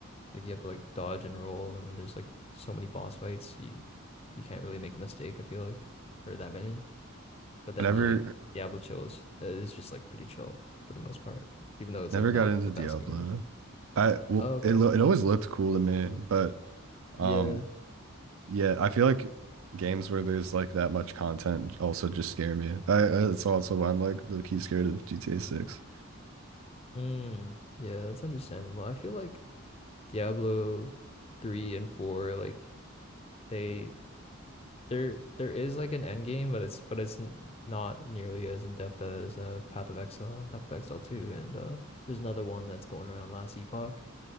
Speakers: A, on the left (about 25°); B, on the right (about 70°).
A: Like you have to like dodge and roll, and there's like so many boss fights. You you can't really make a mistake. I feel like, or that many. But then
B: I never
A: like Diablo Chill is uh, is just like pretty chill for the most part, even though it's
B: never
A: like not
B: got into
A: the
B: Diablo.
A: best game.
B: I well,
A: Oh, okay.
B: it lo it always looked cool to me, but
A: Yeah.
B: um yeah, I feel like games where there's like that much content also just scare me. I, I that's also why I'm like low key scared of GTA 6.
A: Mm, yeah, that's understandable. I feel like Diablo 3 and 4 like they there there is like an end game, but it's but it's n not nearly as in depth as uh Path of Exile and Path of Exile 2 and uh there's another one that's going around last epoch.